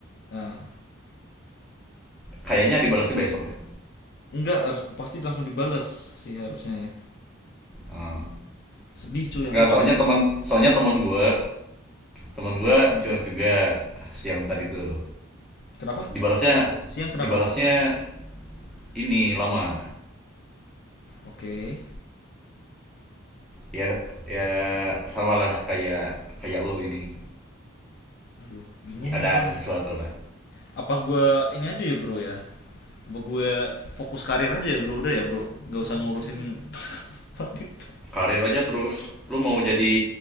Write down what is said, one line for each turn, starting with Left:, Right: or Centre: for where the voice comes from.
Left: nah,
Centre: Kayaknya dibalasnya besok dah.
Left: enggak harus pasti langsung dibales sih harusnya ya
Centre: Oh.
Left: sedih cuy aku
Centre: Nggak,
Left: cuy
Centre: soalnya teman, soalnya teman gua teman gua
Left: kenapa
Centre: curhat juga siang tadi tuh.
Left: kenapa
Centre: Dibalasnya,
Left: siang kenapa
Centre: dibalasnya ini lama
Left: oke
Centre: ya ya sama lah kayak kayak lu ini
Left: aduh bingung
Centre: ada
Left: nih gua nih
Centre: sesuatu lah
Left: apa gua ini aja ya bro ya apa gue fokus karir aja ya bro udah ya bro nggak usah ngurusin <laughs> wanita
Centre: karir aja terus lu mau jadi